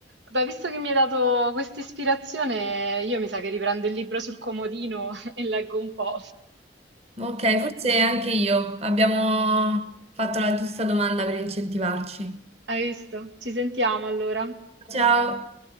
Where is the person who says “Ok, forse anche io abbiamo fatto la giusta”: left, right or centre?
Right